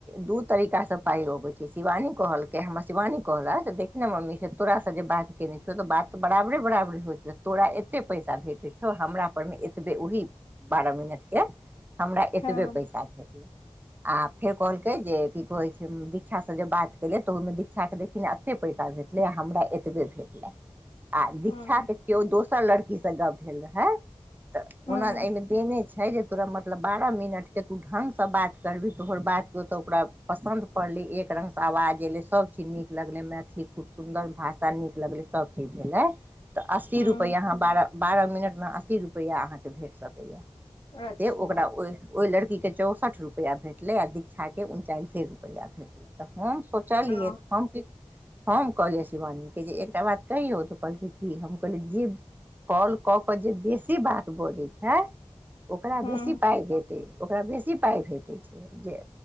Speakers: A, on the right; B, on the left.
A: दू तरीकासँ पाइ अबै छै शिवानी कहलकै हमरा शिवानी कहलक से ने मम्मीसँ तोासँ जे बात केयने छियौ त‌बात त बराबरे बराबे होइत छै तोरा एते पैसा भेटैत छौ हमरा पर मे एतबे ओहि बारह मिनटके हमरा एतबे
B: हँ
A: पैसा भेटलै आ फेर कहलकै जे की कहैत छै दीक्षासँ जे बात केलियै तऽ ओहिमे दीक्षाके देखिन न एते पैसा भेटलै हमरा एतबे भेटलै आ दीक्षा
B: हँ
A: के किओ दोसर लड़की स गप्प भेल रहै तऽ
B: हँ
A: ओना एहिमे तेने छै जे तोरा मतलब बारह मिनटके तू ढंगसँ बात करबही तोहर बात केओतऽ ओकरा पसन्द पड़लै एक रङ्गसँ आवाज अयलै सबचीज नीक लगलै मैथिली खूब सुन्दर भाषा नीक लगलै सबचीज भेलै तऽ अस्सी
B: हँ
A: रुपैआ अहाँ बारह बारह मिनटमे अस्सी रुपैआ अ अहाँके भेट सकैए
B: अच्छा
A: से ओकरा ओह ओई लड़कीके चौसठ रुपैआ भेटलै आ दीक्षाके उनचालिसे रुपैआ भेटलै तऽ हम सोचलियै
B: ओ
A: तऽ हम कि हम कहलियै शिवानीे के जे एकटा बात कहौ तो कहलकै की हम कहलियै जे कॉल कऽ क जे बेसी बात बजै छै ओकरा
B: हँ
A: बेसी पाई भेटे ओकरा बेसी पाय भेटै छै जे